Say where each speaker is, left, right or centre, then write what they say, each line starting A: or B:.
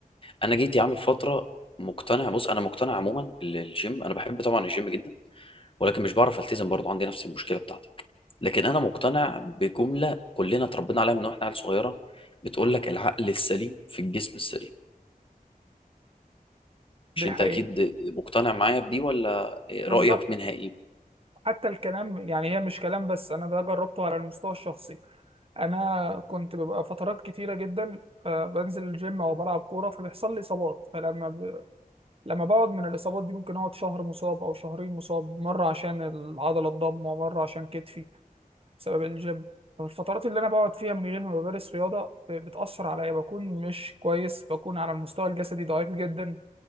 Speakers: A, on the left; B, on the right.
A: انا جيت يا عم في فتره مقتنع بص انا مقتنع عموما للجيم انا بحب طبعا الجيم جدا ولكن مش بعرف التزم برضه عندي نفس المشكله بتاعتك لكن انا مقتنع بجمله كلنا اتربينا عليها من واحنا عيال صغيره بتقول لك العقل السليم في الجسم السليم
B: دي
A: مش
B: حقيقه
A: انت اكيد مقتنع معايا بدي ولا رايك
B: بالظبط
A: منها ايه
B: حتى الكلام يعني هي مش كلام بس انا ده جربته على المستوى الشخصي انا كنت ببقى فترات كتيره جدا آه، بنزل الجيم او بلعب كوره فبيحصل لي اصابات فلما ب... لما بقعد من الاصابات دي ممكن اقعد شهر مصاب او شهرين مصاب مره عشان العضله الضامه ومره عشان كتفي بسبب الجيم فالفترات اللي انا بقعد فيها من غير ما بمارس رياضه آه، بتاثر عليا بكون مش كويس بكون على المستوى الجسدي ضعيف جدا